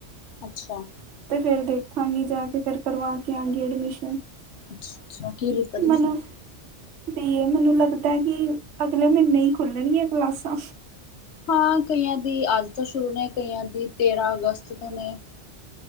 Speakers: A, on the left (about 65°); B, on the right (about 70°).
A: ਅੱਛਾ।
B: ਤੇ ਫੇਰ ਦੇਖਾਂਗੀ ਜਾ ਕੇ ਫੇਰ ਕਰਵਾ ਕੇ ਆਂਗੀ ਐਡਮਿਸ਼ਨ।
A: ਅੱਛਾ ਅੱਛਾ। ਕੀ ਲਿੱਤਾ ਤੁਸੀ?
B: ਮੈਨੂੰ ਬੀ ਏ। ਮੇਨੂੰ ਲੱਗਦੈ ਕਿ ਅਗਲੇ ਮੀਂਨ੍ਹੇ ਈਂ ਖੁੱਲਨਗੀਆਂ ਕਲਾਸਾਂ।
A: ਹਾਂ, ਕਈਆਂ ਦੀ ਅੱਜ ਤੋਂ ਸ਼ੁਰੂ ਨੇ, ਕਈਆਂ ਦੀ ਤੇਰਾ ਅਗਸਤ ਤੋਂ ਨੇ।